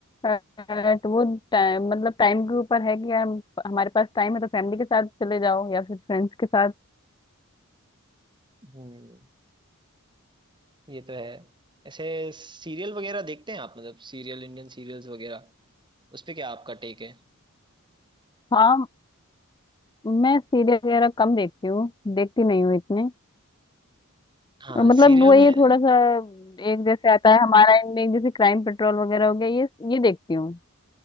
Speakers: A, on the left (about 20°); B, on the right (about 20°).
A: तो वो टाइम मतलब टाइम के ऊपर है कि यार हमारे पास टाइम है तो फैमिली के साथ चले जाओ या फिर फ्रेंड्स के साथ
B: हम्म ये तो है ऐसे सीरियल वगैरह देखते हैं आप मतलब सीरियल इंडियन सीरियल्स वगैरह उस पे क्या आपका टेक है
A: हाँ मैं सीरियल वगैरह कम देखती हूँ देखती नहीं हूँ इतने
B: हाँ
A: और मतलब
B: सीरियल
A: वही
B: में
A: है थोड़ा सा एक जैसे आता है हमारा इनमें जैसे क्राइम पेट्रोल वगैरह हो गया ये ये देखती हूँ